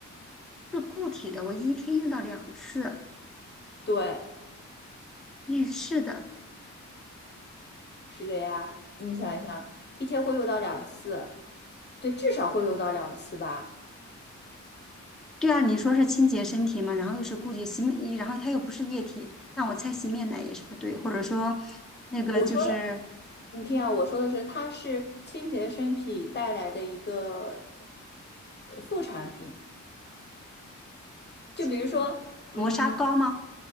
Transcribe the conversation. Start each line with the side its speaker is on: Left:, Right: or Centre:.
Centre: 是固体的，我一天用到两次，
Left: 对，
Centre: 浴室的。
Left: 是的呀，你想一想，一天会用到两次，对，至少会用到两次吧。
Centre: 对啊，你说是清洁身体嘛，然后又是固体洗面，然后它又不是液体，那我猜洗面奶也是不对，或者说那个就是
Left: 我说的，你听啊，我说的是，它是清洁身体带来的一个呃副产品。就比如说，
Centre: 清洁磨砂膏吗？
Left: 嗯，